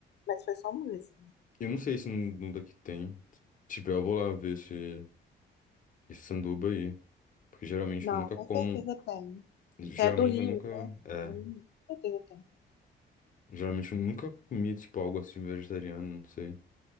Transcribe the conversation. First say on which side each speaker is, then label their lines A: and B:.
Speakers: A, on the left (about 60°); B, on the left (about 40°).
A: Mas foi só uma vez.
B: Eu não sei se no no daqui tem. Tipo, eu vou lá ver esse, esse sanduba aí. Porque geralmente
A: Não,
B: eu nunca
A: com
B: como.
A: certeza tem.
B: Geralmente
A: Você é do Rio,
B: eu nunca.
A: né?
B: É.
A: Hum, Com certeza tem.
B: Geralmente eu nunca comi, tipo, algo assim vegetariano, não sei.